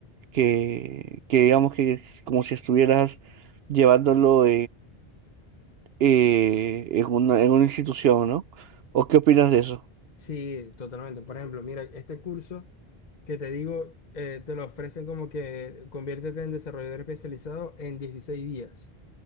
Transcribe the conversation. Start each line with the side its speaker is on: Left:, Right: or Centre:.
Right: que, que digamos que es como si estuvieras llevándolo eh, en una, en una institución, ¿no? ¿O qué opinas de eso?
Left: Sí, totalmente. Por ejemplo, mira, este curso que te digo, eh, te lo ofrecen como que conviértete en desarrollador especializado en 16 días.